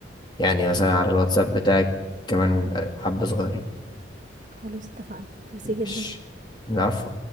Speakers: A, on the left; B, on the right.
A: يعني مثلا على الواتساب بتاعك كمان حبه صغيرين
B: خلاص اتفقنا ميرسي جدا
A: مش العفو